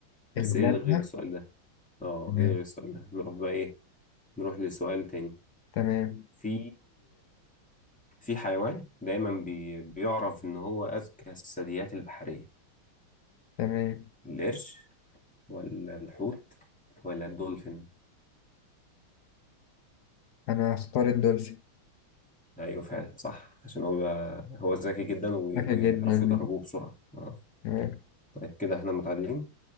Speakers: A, in the centre; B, on the left.
A: بس
B: البلازما
A: ايه الغي السؤال ده اه
B: تمام
A: ايه الغي السؤال ده نروح بقى ايه نروح لسؤال تاني
B: تمام
A: في في حيوان دايما بي... بيعرف ان هو اذكى الثدييات البحريه
B: تمام
A: القرش ولا الحوت ولا الدولفين
B: أنا هختار الدولفين
A: ايوه فعلا صح عشان هو بيبقى... هو ذكي جدا وبي-
B: ذكي
A: وبيعرفوا
B: جدا
A: يدربوه بسرعه اه
B: تمام
A: طيب كده احنا متعادلين